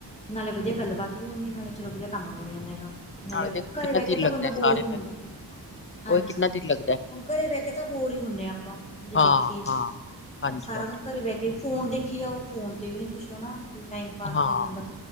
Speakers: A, on the left; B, on the left.
A: ਨਾਲੇ ਵਧੀਆ ਗੱਲਬਾਤ ਹੋ ਜਾਂਦੀ ਹੈ ਨਾਲੇ ਚਲੋ ਵਧੀਆ ਕੰਮ ਹੋ ਜਾਂਦਾ ਹੈਗਾ। ਮਤਲਬ
B: ਨਾਲੇ ਤੇ
A: <unintelligible> ਘਰੇ
B: ਕਿੰਨਾ
A: ਬਹਿ ਕੇ
B: ਚਿਰ
A: ਤਾਂ
B: ਲੱਗਦਾ
A: ਬੰਦਾ
B: ਹੈ ਸਾਰੇ
A: ਬੋਰ ਹੀ ਹੁੰਦਾ।
B: ਭੈਣ
A: ਹਾਂਜੀ
B: ਉਹ ਕਿੰਨਾ ਚਿਰ ਲੱਗਦਾ ਹੈ।
A: ਹੁਣ ਘਰੇ ਬਹਿ ਕੇ ਤਾਂ ਬੋਰ ਹੀ ਹੁੰਦੇ ਹਾਂ ਆਪਾਂ ਜੇ
B: ਹਾਂ
A: ਦੇਖੀਏ।
B: ਹਾਂ ਹਾਂਜੀ
A: ਸਾਰਾ
B: ਹਾਂਜੀ
A: ਦਿਨ ਘਰੇ ਬਹਿ ਕੇ ਫੋਨ ਦੇਖੀ ਜਾਓ ਉਹ ਫੋਨ ਤੇ ਵੀ ਨੀ ਕੁੱਛ ਨਾ ਵੀ ਟਾਈਮ ਪਾਸ
B: ਹਾਂ
A: ਜਿਹਾ ਨਹੀ ਹੁੰਦਾ।